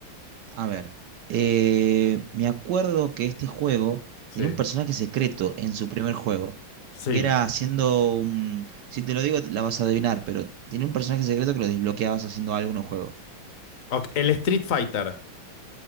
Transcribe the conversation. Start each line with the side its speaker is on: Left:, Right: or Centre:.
Right: A ver, eh, me acuerdo que este juego
Left: Sí.
Right: tenía un personaje secreto en su primer juego,
Left: Sí.
Right: que era haciendo un... Si te lo digo, la vas a adivinar, pero tenía un personaje secreto que lo desbloqueabas haciendo algo en un juego.
Left: Ok, El Street Fighter.